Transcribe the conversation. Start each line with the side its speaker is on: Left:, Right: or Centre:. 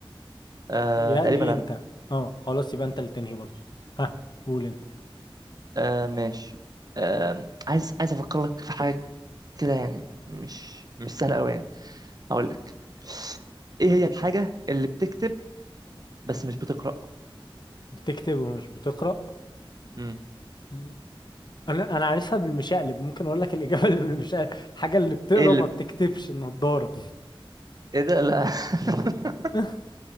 Right: آه...
Left: يا
Right: تقريبا
Left: لي انت
Right: انا
Left: اه خلاص يبقى انت اللي تنهي برضه ها قول انت
Right: آه... ماشي آه... عايز عايز افكر لك في حاجة كده يعني مش مش سهلة قوي يعني هقول لك ايه هي الحاجة اللي بتكتب بس مش بتقرأ
Left: بتكتب ومش بتقرأ
Right: مم.
Left: مم. انا انا عارفها بالمشقلب ممكن اقول لك الاجابه اللي بالمشقلب الحاجه اللي بتقرا
Right: ايه اللي
Left: وما
Right: ب-
Left: بتكتبش النضاره
Right: ايه ده لا <laughs>
Left: <laughs>